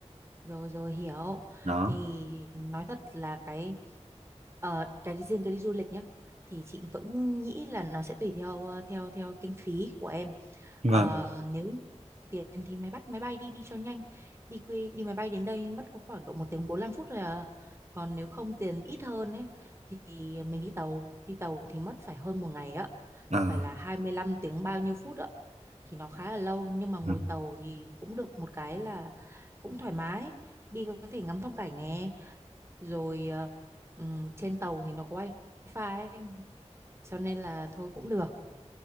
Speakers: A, on the right; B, on the right.
A: rồi rồi hiểu
B: Đó.
A: thì nói thật là cái ờ, cái riêng cái đi du lịch nhá thì chị vẫn nghĩ là nó sẽ tùy theo ờ, theo theo kinh phí của em
B: Vâng.
A: Ờ, nếu tiền thì mày bắt máy bay đi đi cho nhanh đi quê đi máy bay đến đây mất có khoảng độ một tiếng bốn lăm phút rồi à. còn nếu không tiền ít hơn ấy thì mình đi tàu đi tàu thì mất phải hơn một ngày á
B: Ờ.
A: phải là 25 tiếng bao nhiêu phút ạ thì nó khá là lâu nhưng mà ngồi
B: Ừ.
A: tàu thì cũng được một cái là cũng thoải mái đi có thể ngắm phong cảnh nè rồi ờ, ừm, trên tàu thì nó có wifi ấy, cho nên là thôi cũng được